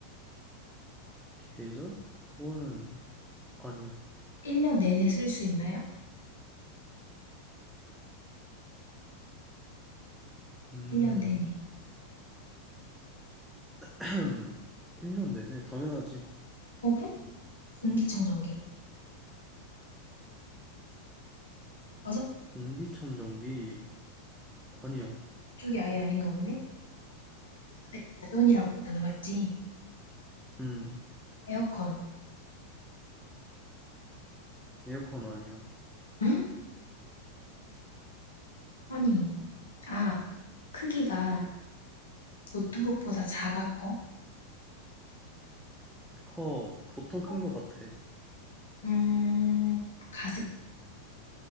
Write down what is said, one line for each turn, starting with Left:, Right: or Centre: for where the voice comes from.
Centre: 계절? 그거는 아니야.
Left: 1년 내내 쓸 수 있나요?
Centre: 음,
Left: 1년 내내.
Centre: 음, 1년 내내 당연하지.
Left: 어, 그래? 공기청정기. 맞아?
Centre: 공기청정기 아니야.
Left: 그쪽이 아예 아닌가 보네? 근데 가전이라고 했잖아, 맞지?
Centre: 음,
Left: 에어컨.
Centre: 에어컨 아니야.
Left: 응? 아니. 아, 크기가 노트북보다 작아 커?
Centre: 커, 보통 큰
Left: 어?
Centre: 것 같아.
Left: 음, 가습,